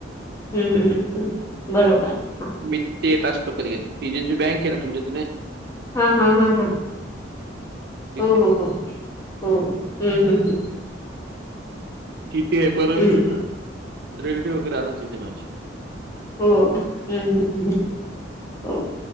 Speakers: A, on the left; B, on the right.
A: हं हं हं बरोबर. हां
B: मी तिथे येत असतो कधी कधी तिचे जी बँकेय ना तुमच्या तिथे
A: हां हां हां हां
B: तिथे
A: हो हो हो हो हो हं हं हं
B: किती हे पर,
A: हम्म.
B: रिलेटिव वगै राहता तिथे माझी
A: हो, हं हं हं हं